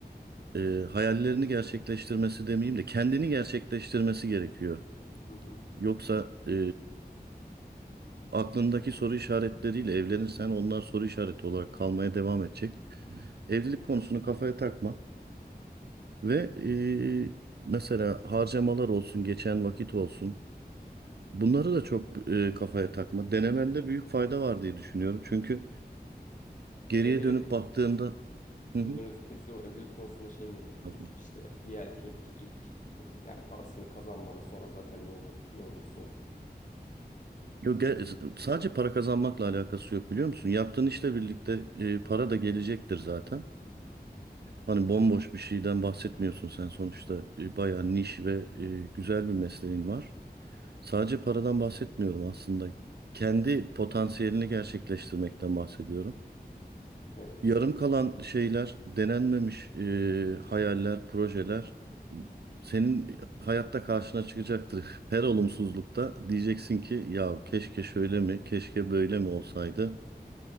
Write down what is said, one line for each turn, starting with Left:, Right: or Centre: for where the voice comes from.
Right: e, hayallerini gerçekleştirmesi demeyeyim de kendini gerçekleştirmesi gerekiyor.
Left: Hı hı.
Right: Yoksa e, aklındaki soru işaretleriyle evlenirsen onlar soru işareti olarak kalmaya devam edecek. Evlilik konusunu kafaya takma. Ve e, mesela harcamalar olsun, geçen vakit olsun. Bunları da çok e, kafaya takma. Denemende büyük fayda var diye düşünüyorum. Çünkü geriye
Left: Ya evlilik
Right: dönüp baktığında
Left: sözünüzü
Right: Hı hı.
Left: kesiyorum. Evlilik konusunda şey mi diyorsunuz?
Right: Afiyet.
Left: İşte bir erkek ilk e, yani parasını kazanmalı, sonra zaten ne olur ne olursa olur.
Right: Yok, ge- sadece para kazanmakla alakası yok biliyor musun? Yaptığın işle birlikte e, para da gelecektir zaten. Hani bomboş bir şeyden bahsetmiyorsun sen sonuçta. E, bayağı niş ve e, güzel bir mesleğin var. Sadece paradan bahsetmiyorum aslında. Kendi potansiyelini gerçekleştirmekten bahsediyorum.
Left: Evet.
Right: Yarım kalan şeyler, denenmemiş e, hayaller, projeler senin hayatta karşına çıkacaktır. <laughs> Her olumsuzlukta diyeceksin ki ya keşke şöyle mi, keşke böyle mi olsaydı.